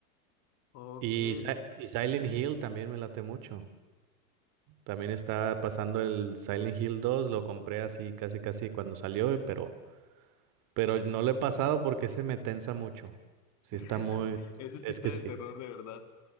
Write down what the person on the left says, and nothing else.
Ok.
<laughs>
Ese sí
está
de
terror de verdad.